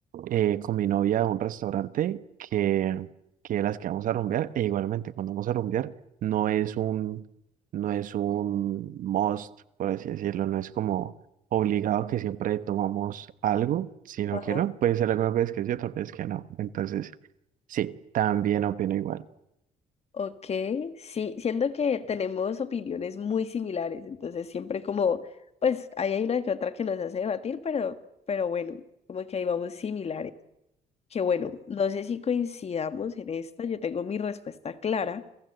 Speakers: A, on the right; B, on the left.
A: eh, con mi novia a un restaurante que, que las que vamos a rumbear. E igualmente, cuando vamos a rumbear, no es un, no es un must, por así decirlo, no es como obligado que siempre tomamos algo, sino
B: Ajá.
A: que no, puede ser alguna vez que sí, otra vez que no. Entonces, sí, también opino igual.
B: Ok, sí, siento que tenemos opiniones muy similares, entonces siempre como, pues ahí hay una que otra que nos hace debatir, pero, pero bueno, como que ahí vamos similares. que bueno, no sé si coincidamos en esta, yo tengo mi respuesta clara,